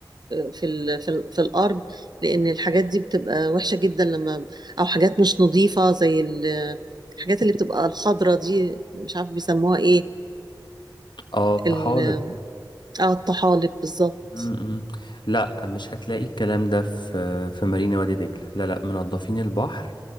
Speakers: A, on the right; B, on the left.
A: في ال في, ال في الارض لان الحاجات دي بتبقى وحشه جدا لما ب- او حاجات مش نظيفه زي ال- الحاجات اللي بتبقى الخضره دي مش عارف بيسموها ايه
B: اه الطحالب
A: ال- اه الطحالب بالظبط
B: م-م. لا مش هتلاقي الكلام ده في في مارينا وادي دجلة لا لا منظفين البحر